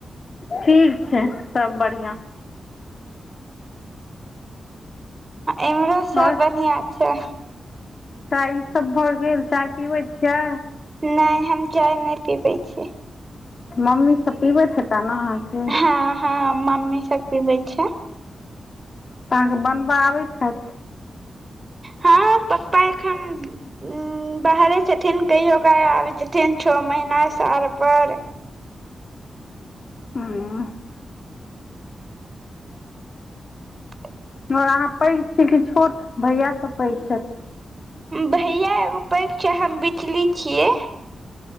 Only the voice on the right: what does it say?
इम्हरो सब
बढ़िया छै।
नै, हम चाय नै पीबै छि।
ह - ह मम्मी सब पीबै छै।
हँ पप्पा एखन उ बाहरे छथिन कहियो क आबै छथिन छ महीना साल पर।
<unintelligible>
भैया एगो पैघ छै, हम बिचली छियै।